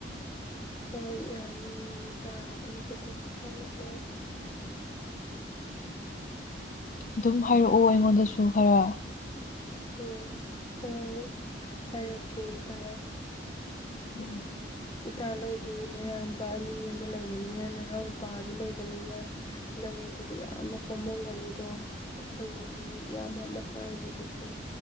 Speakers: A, on the left; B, on the left.
A: ꯍꯣꯌ ꯌꯥꯅꯤ ꯏꯇꯥ ꯑꯗꯨꯨꯀ ꯀꯩꯁꯨ ꯈꯂꯨꯅꯨ
B: ꯎ ꯑꯗꯨꯝ ꯍꯥꯏꯔꯛꯑꯣ ꯑꯩꯉꯣꯟꯗꯁꯨ ꯈꯔ
A: ꯎꯝ ꯍꯣꯌ <inaudible> ꯍꯥꯏꯔꯛꯀꯦ ꯏꯇꯥ
B: ꯎꯝ
A: ꯏꯇꯥ ꯅꯣꯏꯗꯤ ꯅꯌꯥꯝꯕ ꯑꯅꯤ ꯑꯃ ꯂꯩꯕꯅꯤꯅ ꯅꯅꯥꯎꯄꯥꯁꯨ ꯂꯩꯕ ꯕꯅꯤꯂꯥ ꯅꯪꯉꯣꯟꯗꯗꯤ ꯌꯥꯝꯅ ꯀꯣꯝꯃꯝꯒꯅꯤꯗꯣ ꯑꯩꯈꯣꯏꯒꯤꯗꯤ ꯏꯌꯥꯝꯕ ꯑꯃꯈꯛ ꯂꯩꯕꯗꯨꯁꯨ